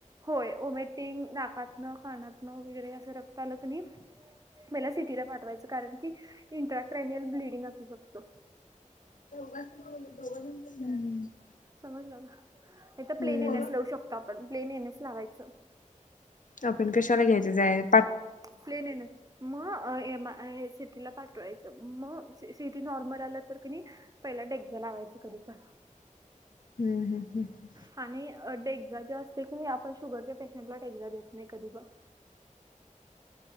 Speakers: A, on the right; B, on the left.
A: होय, ओमेटिंग नाका तन, कानात न वगैरे असं रक्त आल की नाही मला सिटीला पाठवायचं. कारण की इंट्राक्रेनियल ब्लिडिंग असू शकतो.
B: <unintelligible>
A: समजलं का? इथ प्लेन
B: हम्म.
A: एनएस लावू शकतो आपण. प्लेन एन एस लावायचं.
B: आपण कशाला घ्यायचं. जायत
A: प्लेन एन एस. म एम सिटीला पाठवायचं. म सिटी नॉर्मल आल तर की नी पहिला डेगझ लावायचं कधी पण.
B: हम्म, हम्म, हम्म.
A: आणि डेक्झा जे असतय की नाही. आपण शुगरच्या पेशंटला डेक्झा देत नाही कधी पण.